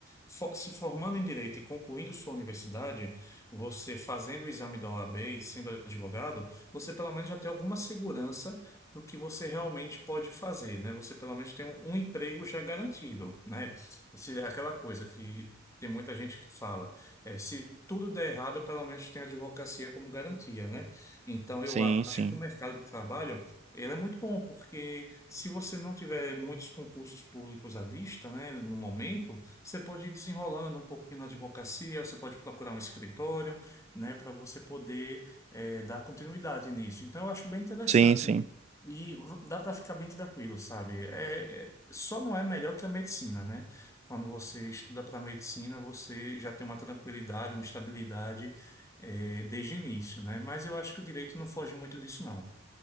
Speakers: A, on the left (about 15°); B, on the right (about 35°).
A: fo- se formando em direito e concluindo sua universidade, você fazendo o exame da OAB e sendo advogado, você pelo menos já tem alguma segurança do que você realmente pode fazer, né? Você pelo menos tem um, um emprego já garantido, né? Se, é aquela coisa que tem muita gente que fala, é, se tudo der errado, pelo menos tem a advocacia como garantia, né? Então,
B: Sim,
A: eu
B: sim.
A: acho que o mercado de trabalho ele é muito bom, porque se você não tiver muitos concursos públicos à vista, né, no momento, você pode ir desenrolando um pouquinho na advocacia, você pode procurar um escritório, né, para você poder eh, dar continuidade nisso. Então, eu acho bem interessante.
B: Sim, sim.
A: E v- dá para ficar bem tranquilo, sabe? É, é- só não é melhor que a medicina, né? Quando você estuda para medicina, você já tem uma tranquilidade, uma estabilidade eh, desde o início, né? Mas eu acho que o direito não foge muito disso, não.